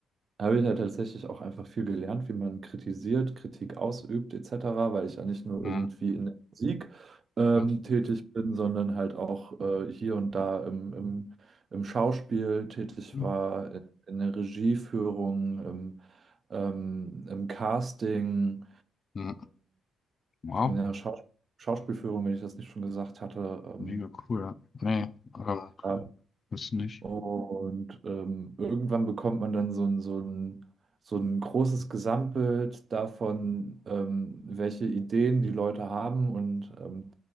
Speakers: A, on the right; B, on the left.
A: habe ich ja tatsächlich auch einfach viel gelernt, wie man kritisiert, Kritik ausübt, etc., weil ich ja nicht nur
B: hm,
A: irgendwie in der Musik ähm,
B: ja,
A: tätig bin, sondern halt auch äh, hier und da im, im, im Schauspiel tätig
B: hm,
A: war, in, in der Regieführung. Ähm, ähm, im Casting,
B: hm. Wow,
A: in der Schaus Schauspielführung, wenn ich das nicht schon gesagt hatte. Ähm,
B: mega cool. ja. Nee, ähm,
A: ja.
B: ist nicht.
A: Und ähm, irgendwann bekommt man dann so ein, so ein, so ein großes Gesamtbild davon, ähm, welche Ideen die Leute haben und ähm,